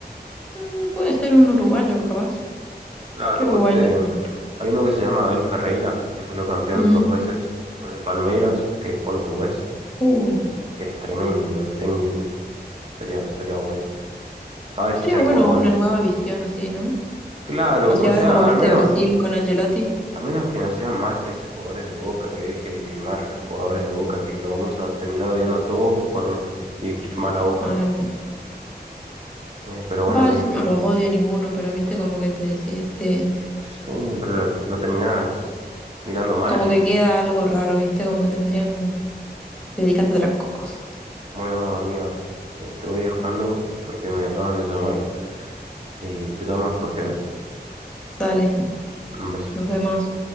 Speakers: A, in the centre; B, on the right.
A: Mm, puede ser un uruguayo, capaz.
B: Claro,
A: ¿Qué uruguayo?
B: o este, hay uno que se llama Abel Ferreira, que salió campeón
A: Mm,
B: dos veces con el Palmeiras, que es portugués,
A: uh,
B: que es tremendo de técnico. Sería, sería bueno. Sabe
A: sería
B: fichar
A: bueno
B: jugadores.
A: una nueva visión así, ¿no?
B: Claro,
A: Así
B: o
A: ahora
B: sea,
A: como viste
B: al menos,
A: Brasil con Angelotti.
B: al menos que no sean más ex jugadores de Boca, que deje de quemar jugadores de Boca, que lo vamos a terminar odiando a todos por dirigir mal a Boca.
A: Mal.
B: Eh, pero bueno,
A: Va,
B: amiga,
A: yo no los odio ninguno, pero viste como que te decía este.
B: sí, pero lo, lo terminás mirando mal.
A: Como
B: <laughs>
A: que queda algo raro, ¿viste? Como que tendrían... Dedícate a otra cosa.
B: Bueno, amiga, estoy dejando porque me acaban de llamar y te llamo después, ¿crees?
A: Sale,
B: Un beso.
A: nos vemos.